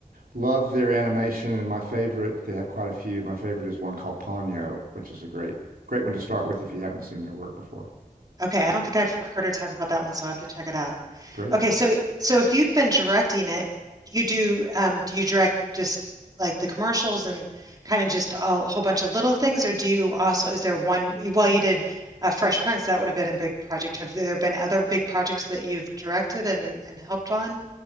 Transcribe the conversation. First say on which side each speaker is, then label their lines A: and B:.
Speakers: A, on the right; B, on the right.
A: love their animation, and my favorite, they have quite a few. My favorite is one called Ponyo, which is a great great one to start with if you haven't seen their work before.
B: okay. I don't think I've heard her talk about that one, so I'll have to check it out.
A: Great.
B: Okay, so so if you've been directing it, you do um do you direct just like the commercials and kind of just a whole bunch of little things, or do you also is there one well you did uh, Fresh Prince, that would have been a big project. Have there been other big projects that you've directed and and helped on?